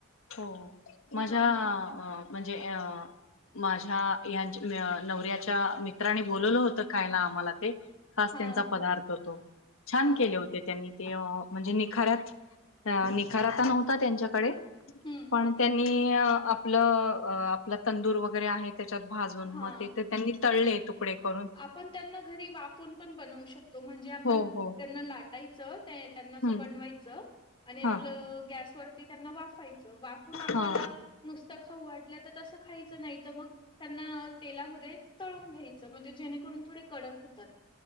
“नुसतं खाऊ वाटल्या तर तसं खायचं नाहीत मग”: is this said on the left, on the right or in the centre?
Left